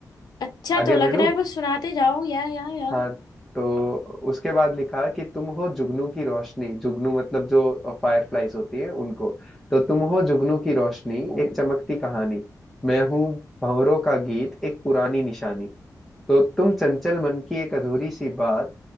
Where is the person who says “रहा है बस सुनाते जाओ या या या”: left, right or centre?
Left